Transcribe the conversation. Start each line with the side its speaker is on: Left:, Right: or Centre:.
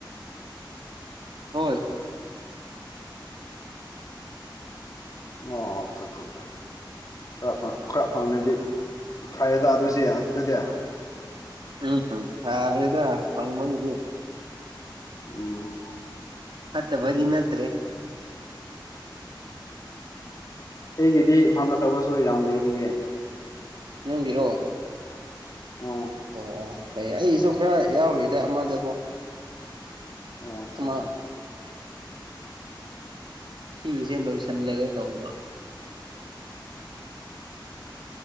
Right: ꯍꯣꯏ
Left: ꯑꯣ ꯑꯆꯥ ꯈꯔ ꯈꯔ ꯐꯪꯗꯗꯤ ꯐꯔꯦ ꯇ ꯑꯗꯨꯁ ꯑꯗꯨꯗꯤ
Right: ꯎꯝꯝ ꯏꯗ ꯐꯪꯃꯒꯗꯤ
Left: ꯎꯝ
Right: ꯃꯠꯇꯕꯗꯤ ꯅꯠꯇ꯭ꯔꯦ
Left: ꯑꯩꯒꯤꯗꯤ ꯐꯪꯒꯗꯕꯁꯨ ꯌꯥꯝ ꯂꯩꯔꯤꯌꯦ
Right: ꯅꯪꯕꯤꯔꯣꯑꯣ
Left: ꯎꯝ
Right: ꯑꯣ ꯑꯣ ꯐꯩ ꯑꯩꯁꯨ ꯈꯔ ꯌꯥꯎꯔꯤꯗ ꯑꯃꯗꯀꯣ
Left: ꯑꯣ ꯑꯠꯆꯥ
Right: ꯑꯃ
Left: ꯑꯆꯥ
Right: ꯁꯤꯒꯤꯁꯦ ꯂꯣꯏꯁꯤꯜꯂꯒꯦ ꯇꯧꯕ